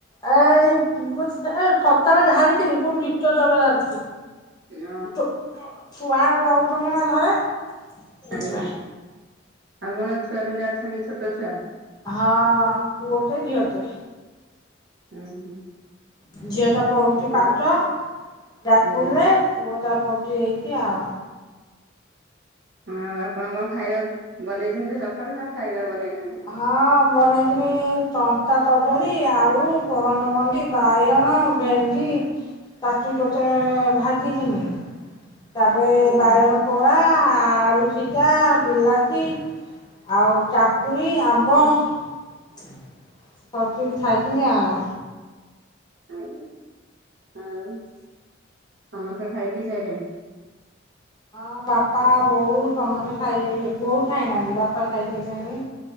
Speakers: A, on the left; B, on the right.
A: ଏଇ ଏ ସକାଳେ ଝାରିଥିନି ପୁଣି ଦିତୀୟ ଥର ଝାଡ଼ିଥିଲି।
B: ଅ
A: ଛୁ -ଛୁଆ ରହୁଛନ୍ତି ନା ଘରେ। ସେଇଥିପାଇଁ।
B: ଆଜ୍ଞା ଆମର ଛୁଆ ପିଲା ଅଛନ୍ତି ଛୋଟ ଛୁଆ?
A: ହଁ ପୁଅଟେ ଝିଅଟେ।
B: ହୁଁ ହୁଁ।
A: ଝିଅଟା ପଡୁଛି
B: ଆଉ
A: ପାଟ ଯାଜପୁରରେ
B: ଆଜ୍ଞା
A: ପୁଅଟା ପଡୁଛି ଏଇଠି ଆଉ
B: ଆଉ ଆପଣ କଣ ଖାଇବା ବନେଇଛନ୍ତି ସକାଳୁ ନାଉ ଖାଇବା ବନେଇ ନା
A: ହଁ ବନେଇଥିଲି ସ କଦଳୀ ଆଉ ପଣଷ ମଜି ବାଇଗନ ଭେଣ୍ଡି ତାକୁ ପଥମେ ଭାଜି ଥିଲି ତାପରେ
B: ଆଜ୍ଞା
A: ବାଇଗନ ପଡା ଆ ଆଳୁ ସିଜା ବିଲାତି ଆଉ ଚା <unintelligible> ଆମ୍ବ କରିଥିଲି ଖାଇଥିଲି ଆଉ।
B: ଆଜ୍ଞା ଆଉ। ସମସ୍ତେ ଖାଇ ପିଇ ସାଇିଲେଣି?
A: ହଁ ବାପା ବୋଉ ସମସ୍ତେ ସାଇଲେଣି ବୋଉ ଖାଇନାହାନ୍ତି ବାପା ଖାଇ ସାରିଲେଣି।